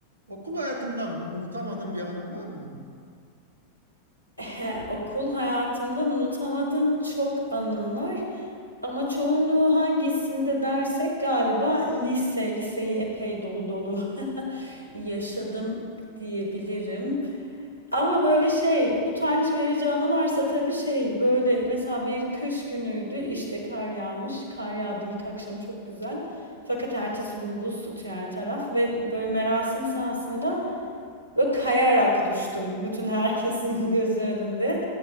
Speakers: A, on the right; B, on the left.
A: Okul hayatından unutamadığın bir anın var mı?
B: <laughs> Okul hayatımdan unutamadığım çok anım var. Ama çoğunluğu hangisinde dersek galiba lise. Liseyi epey dolu dolu <laughs> yaşadım diyebilirim. Ama böyle şey utanç verici anılarsa tabii şey böyle mesela bir kış günüydü işte kar yağmış. Kar yağdı ilk akşam çok güzel. Fakat ertesi gün buz tutuyor her taraf ve böyle merasim sahasında Böyle kayarak düştüm bütün herkesin <laughs> gözünün önünde.